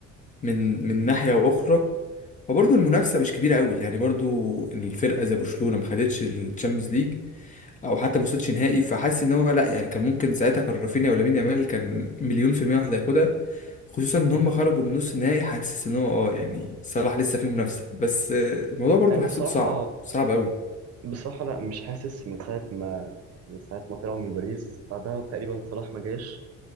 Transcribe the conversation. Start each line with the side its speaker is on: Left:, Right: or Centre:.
Left: من من ناحية أخرى وبرضه المنافسة مش كبيرة قوي يعني برضه الفرقة زي برشلونة ما خدتش الشامبيونز ليج أو حتى ما وصلتش نهائي فحاسس إن هو لأ يعني كان ممكن ساعتها كان رافينيا ولامين يامال كان مليون في المية واحد هياخدها خصوصا إن
Right: مم.
Left: هم خرجوا من نص النهائي حاسس إن هو أه يعني صلاح لسه فيه منافسة بس آه، الموضوع برضه
Right: يعني
Left: حسيته
Right: بصراحة
Left: صعب صعب قوي
Right: بصراحة لا مش حاسس من ساعة ما من ساعة ما طلعوا من باريس بعدها تقريبا صلاح ما جاش